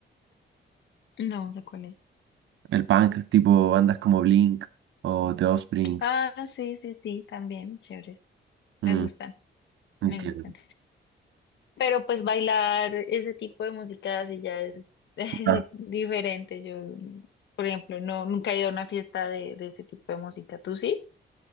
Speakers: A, on the left; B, on the right.
A: No sé cuál es.
B: el punk tipo bandas como Blink o The Offspring.
A: Ah, sí, sí, sí, también, chéveres.
B: Mm,
A: Me gustan,
B: entiendo.
A: me gustan. Pero pues bailar ese tipo de música así ya es <laughs> es
B: Ah.
A: diferente. Yo, por ejemplo, no, nunca he ido a una fiesta de, de ese tipo de música. ¿Tú sí?